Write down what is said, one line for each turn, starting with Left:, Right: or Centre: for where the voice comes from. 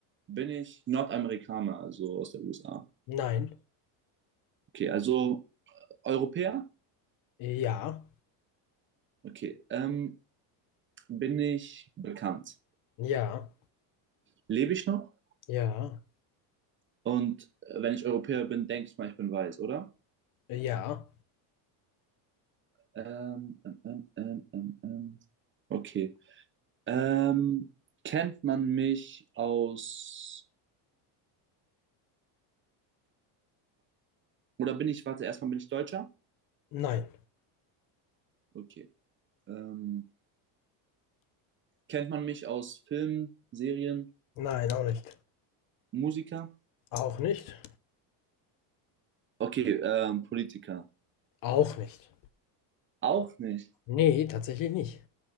Right: bin ich Nordamerikaner, also aus der USA?
Left: Nein.
Right: Okay, also Europäer?
Left: Ja.
Right: Okay, ähm, bin ich bekannt?
Left: Ja.
Right: Lebe ich noch?
Left: Ja.
Right: Und äh, wenn ich Europäer bin, denke ich mal, ich bin weiß, oder?
Left: Ja.
Right: Ähm, ähm, ähm, ähm, ähm. ähm. Okay. Ähm, kennt man mich aus, oder bin ich, warte, erstmal bin ich Deutscher?
Left: Nein.
Right: Okay. Ähm, kennt man mich aus Filmen, Serien,
Left: Nein, auch nicht.
Right: Musiker?
Left: Auch nicht?
Right: Okay, ähm, Politiker.
Left: Auch nicht.
Right: Auch nicht.
Left: Nee, tatsächlich nicht.